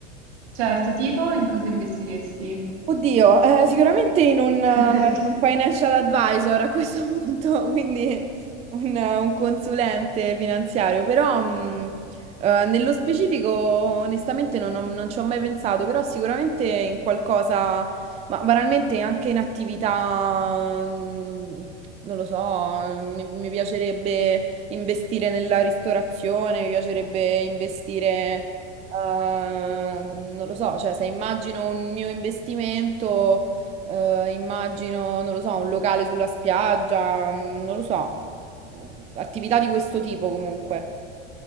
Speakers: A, on the right; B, on the right.
A: Certo, tipo in cosa investiresti?
B: Oddio, eh, sicuramente in un,
A: <laughs>
B: eh, in un financial advisor a questo <laughs> punto, quindi un, eh, un consulente finanziario, però mh, eh, nello specifico onestamente non, ho- non ci ho mai pensato, però sicuramente in qualcosa, ma banalmente anche in attività, mh, non lo so, mi, mi piacerebbe investire nella ristorazione, mi piacerebbe investire Ehm, non lo so, cioè se immagino un mio investimento, eh, immagino, non lo so, un locale sulla spiaggia, mm, non lo so, Mm, attività di questo tipo comunque.